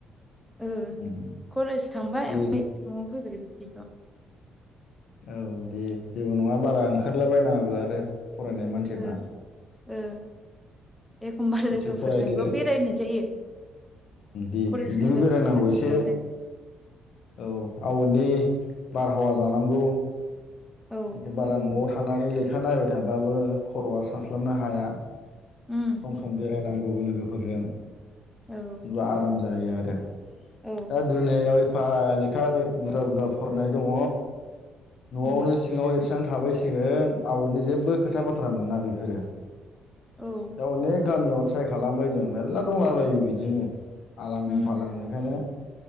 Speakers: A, in the centre; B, on the left.
A: ओ
B: उम
A: कलेज थांबाय
B: दे
A: ओमफ्राय न'आव फैबाय बिदि ल
B: औ दे जेबो नङा बारा ओंखारला बायनाङाबो आरो फरायनाय मानसिफ्रा
A: ओ ओ एखमबा
B: दसे
A: लोगोफोरजोंल'
B: फरायदो
A: बेरायनाय जायो
B: दे
A: कलेजनि
B: बिदिबो
A: लोगोफोरजों
B: बेरायनांगौ एसे
A: ज' ज'नो
B: औ आवादनि बारहावा जानांगौ
A: औ
B: जेनेबा बारा न'आव थानानै लेखा नायबाय थाबाबो खर'आ सानस्लाबनो हाया
A: उम
B: सम सम बेरायनांगौबो लोगोफोरजों
A: औ
B: आराम जायो आरो
A: औ
B: दा दुनियायाव एफा लेखा बुरजा बुरजा फरायनाय दङ न'आवनो
A: उम
B: सिङाव एरस्रनानै थाबायसिगोन आवटनि जेबो खोथा बाथ्रा मोना बेफोरो
A: औ
B: दा अनेक गामियाव ट्राय खालामबाय जों मेर्ला दंलाबायो बिदिनो आलां
A: उम
B: फालां खायनो